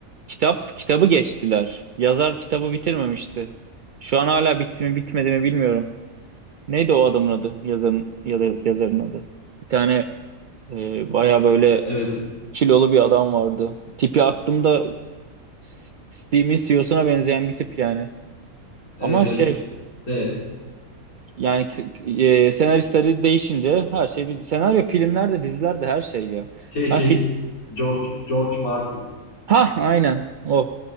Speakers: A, on the right (about 80°); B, on the left (about 80°).
A: Kitap kitabı geçtiler. Yazar kitabı bitirmemişti. Şu an hala bitti mi bitmedi mi bilmiyorum. Neydi o adamın adı? Yazarın ya da yazarın adı. Bir tane e, baya böyle
B: Evet,
A: kilolu bir adam vardı. Tipi attığımda S- Steam'in CEO'suna benzeyen bir tip yani.
B: evet,
A: Ama
B: evet.
A: şey
B: De
A: Yani k- k- e, senaristleri değişince her şey bir senaryo filmlerde dizilerde her şey ya.
B: şey
A: Ben
B: şey
A: fil
B: George George Martin.
A: ha aynen o.